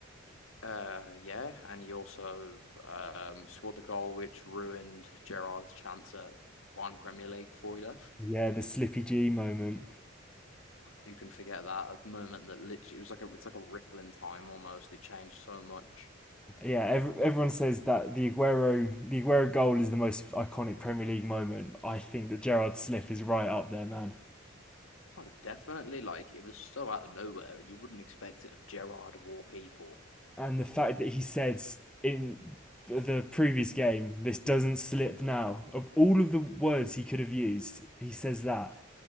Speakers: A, on the left; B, in the centre.
A: Uh, yeah, and he also um, scored the goal which ruined Gerard's chance at one Premier League before he left.
B: Yeah, the Slippy G moment.
A: you can forget that a moment that literally it was like a it's like a ripple in time almost. It changed so much.
B: Yeah, ev everyone says that the Aguero the Aguero goal is the most iconic Premier League moment. I think that Gerard's slip is right up there, man.
A: Oh, definitely. Like it was so out of nowhere, and you wouldn't expect it of Gerrard of all people.
B: and the fact that he says in the previous game, this doesn't slip now. Of all of the words he could have used, he says that.